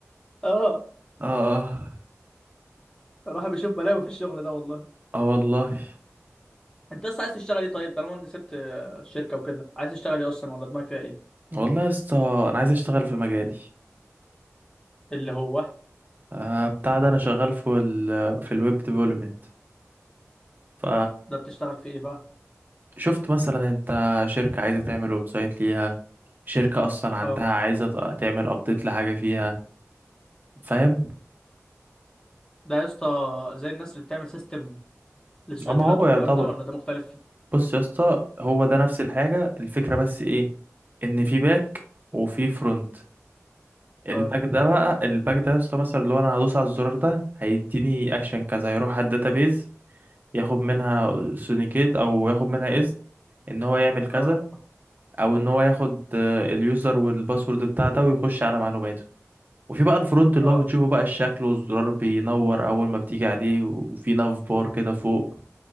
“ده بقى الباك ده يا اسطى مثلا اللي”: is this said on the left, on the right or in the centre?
Right